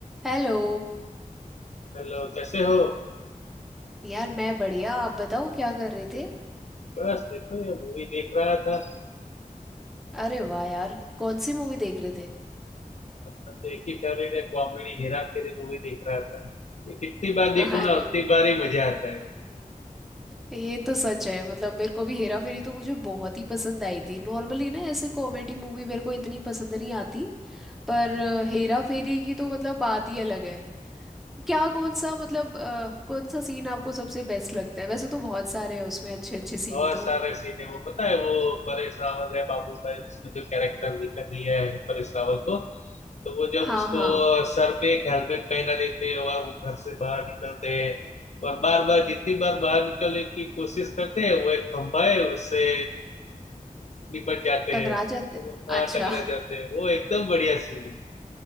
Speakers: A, in the centre; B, on the left.
A: Hello
B: Hello कैसे हो
A: यार मैं बढ़िया आप बताओ क्या कर रहे थे
B: बस देखो ये मूवी देख रहा था
A: अरे वाह यार कौन सी मूवी देख रहे थे
B: अपना तो एक ही फेवरेट है कॉमेडी हेरा फेरी मूवी देख रहा था ये कितनी
A: <laughs>
B: बार देखो
A: अरे
B: ना उतनी बार ही मजा आता है
A: ये तो सच है मतलब मेरे को भी हेरा फेरी तो मुझे बहुत ही पसंद आई थी नॉर्मली ना ऐसे कॉमेडी मूवी मेरे को इतनी पसंद नहीं आती पर अ, हेरा फेरी की तो मतलब बात ही अलग है क्या कौन सा मतलब अ, कौन सा सीन आपको सबसे बेस्ट लगता है वैसे तो बहुत सारे हैं उसमें अच्छे अच्छे सीन
B: बहुत
A: तो
B: सारे सीन है वो पता है वो परेश रावल है बाबू भाई उसने जो कैरेक्टर दिया है परेश रावल को तो वो जब
A: हाँ
B: उसको
A: हाँ
B: सर पे एक हेलमेट पहना देते हैं और वो घर से बाहर निकलते हैं और बार बार जितनी बार बाहर निकलने की कोशिश करते हैं वो एक खंभा है उससे निपट जाते
A: टकरा
B: हैं
A: जाते
B: वो,
A: हैं
B: हाँ
A: अच्छा
B: टकरा जाते हैं वो एकदम बढ़िया सीन है